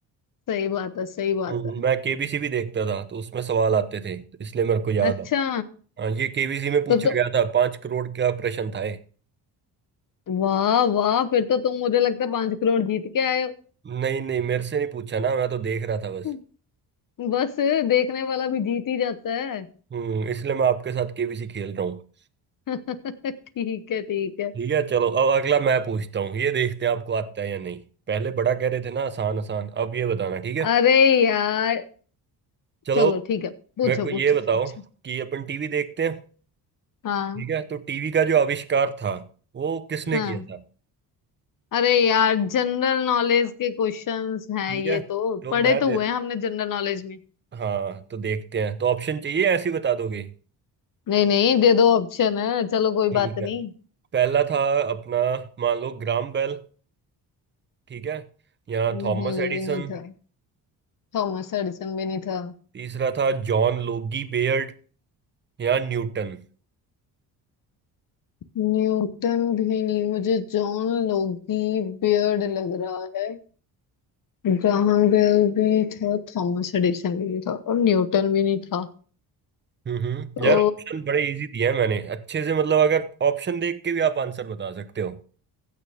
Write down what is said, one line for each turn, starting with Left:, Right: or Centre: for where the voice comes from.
Left: सही बात है सही बात
Right: हम्म,
Left: है
Right: मैं केबीसी भी देखता था तो उसमें सवाल आते थे तो इसलिए मेरे को याद
Left: अच्छा
Right: आ हाँ, ये केबीसी में पूछा
Left: तो तुम
Right: गया था पांच करोड़ का प्रश्न था ये
Left: वाह वाह फिर तो तुम मुझे लगता है पांच करोड़ जीत के आए
Right: नहीं नहीं मेरे से नहीं पूछा ना मैं तो देख रहा था बस
Left: हो बस देखने वाला भी जीत ही जाता है
Right: हम्म इसलिए मैं आपके साथ केबीसी खेल रहा हूँ
Left: <laughs> ठीक है ठीक है
Right: ठीक है चलो अब अगला मैं पूछता हूँ ये देखते हैं आपको आता है या नहीं पहले बड़ा कह रहे थे ना आसान आसान अब ये बताना ठीक है
Left: अरे यार
Right: चलो
Left: चलो ठीक है पूछो
Right: मेरे को ये
Left: पूछो
Right: बताओ
Left: पूछो
Right: कि अपन टीवी देखते हैं
Left: हाँ
Right: ठीक है तो टीवी का जो आविष्कार था वो किसने
Left: हाँ
Right: किया था
Left: अरे यार जनरल नॉलेज के क्वेश्चंस हैं
Right: ठीक
Left: ये
Right: है
Left: तो
Right: तो
Left: पढ़े
Right: मैं
Left: तो
Right: दे-
Left: हुए हैं हमने जनरल नॉलेज में
Right: हाँ तो देखते हैं तो ऑप्शन चाहिए या ऐसे ही बता दोगे
Left: नहीं नहीं दे दो ऑप्शन है चलो कोई
Right: ठीक
Left: बात नहीं
Right: है पहला था अपना मान लो ग्राम बेल ठीक है या
Left: नहीं
Right: थॉमस एडिसन
Left: ये नहीं था थॉमस एडिसन भी नहीं था
Right: तीसरा था जॉन लोगी बेयर्ड या न्यूटन
Left: न्यूटन भी नहीं मुझे जॉन लोगी बियर्ड लग रहा है ग्राहम बेल भी था थॉमस एडिसन भी नहीं था और न्यूटन भी नहीं था
Right: हम्म हम्म
Left: तो
Right: यार ऑप्शन बड़े इजी दिए हैं मैंने अच्छे से मतलब अगर ऑप्शन देख के भी आप आंसर बता सकते हो